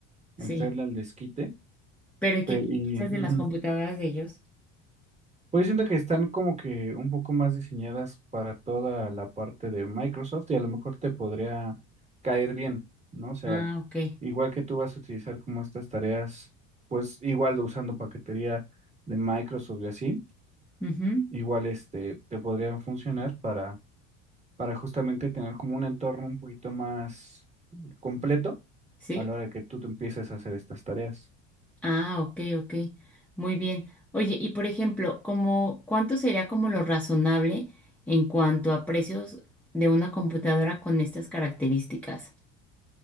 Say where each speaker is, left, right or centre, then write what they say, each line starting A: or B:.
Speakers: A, in the centre; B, on the right.
A: Sí.
B: entrarle al desquite,
A: Pero ¿y
B: pe-
A: qué, qué
B: y
A: piensas
B: ujú.
A: de las computadoras de ellos?
B: Pues siento que están como que un poco más diseñadas para toda la parte de Microsoft y a lo mejor te podría caer bien, ¿no? O sea,
A: Ah, ok.
B: igual que tú vas a utilizar como estas tareas, pues igual usando paquetería de Microsoft y así.
A: Ujú.
B: igual este, te podrían funcionar para, para justamente tener como un entorno un poquito más completo
A: Sí.
B: a la hora que tú te empieces a hacer estas tareas.
A: Ah, ok, ok. Muy bien. Oye, y por ejemplo, como, ¿cuánto sería como lo razonable en cuanto a precios de una computadora con estas características?